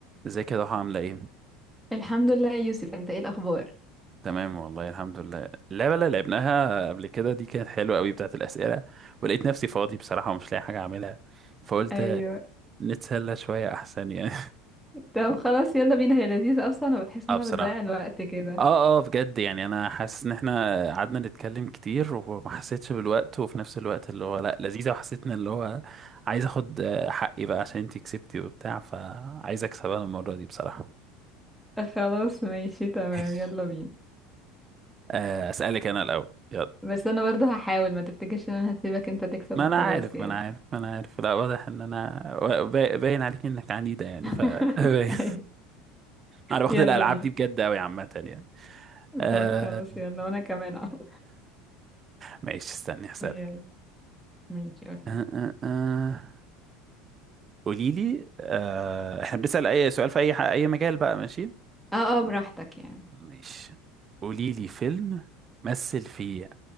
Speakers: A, on the right (about 25°); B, in the centre.
A: ازيك يا ضحى عاملة ايه؟
B: الحمد لله يا يوسف انت ايه الاخبار
A: تمام والله الحمد لله اللعبة اللي لعبناها قبل كده دي كانت حلوة قوي بتاعت الأسئلة ولقيت نفسي فاضي بصراحة ومش لاقي حاجة أعملها فقلت
B: ايوه
A: نتسلى شوية أحسن يعني
B: طب خلاص يلا بينا هي لذيذة اصلا
A: <laughs>
B: وبتحس
A: اه
B: انها
A: بصراحة
B: بتضيع الوقت كده
A: اه اه بجد يعني أنا حاسس إن احنا قعدنا نتكلم كتير وما حسيتش بالوقت وفي نفس الوقت اللي هو لأ لذيذة وحسيت إن اللي هو عايز آخد آه، حقي بقى عشان انتي كسبتي وبتاع فعايز أكسب أنا المرة دي بصراحة
B: آه، خلاص ماشي تمام
A: <laughs>
B: يلا بينا
A: آه، أسألك أنا الأول يلا
B: بس انا برضه هحاول ما تفتكرش ان انا هسيبك انت تكسب
A: ما انا
B: وخلاص
A: عارف
B: يعني
A: ما انا عارف ما انا عارف لا واضح ان انا و- با- باين عليك انك عنيده يعني
B: <laughs>
A: ف <laughs> باين.
B: أيوة،
A: انا باخد
B: يلا
A: الالعاب
B: بينا
A: دي بجد قوي عامه يعني آه
B: طب خلاص يلا وانا كمان أهو.
A: ماشي استني هسألك
B: يلا ماشي يلا
A: آه آه آه. قولي لي آه احنا بنسأل اي سؤال في اي ح- اي مجال بقى ماشي
B: اه اه براحتك يعني
A: ماشي قولي لي فيلم مثل فيه